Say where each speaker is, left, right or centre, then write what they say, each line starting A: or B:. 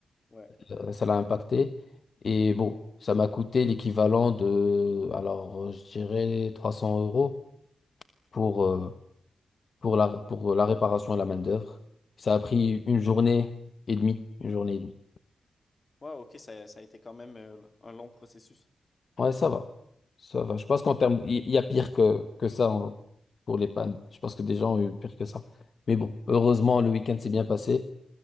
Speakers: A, on the left (about 30°); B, on the left (about 50°).
A: Ouais.
B: Euh, ça l'a impacté et bon, ça m'a coûté l'équivalent de, alors euh, je dirais 300 euros pour, euh, pour la, pour la réparation et la main-d'œuvre. Ça a pris une journée et demie, une journée et demie.
A: Ouais, ok, ça, ça a été quand même euh, un long processus.
B: Ouais, ça va. Ça va. Je pense qu'en termes, il il y, a pire que, que ça en- pour les pannes. Je pense que des gens ont eu pire que ça. Mais bon, heureusement, le week-end s'est bien passé.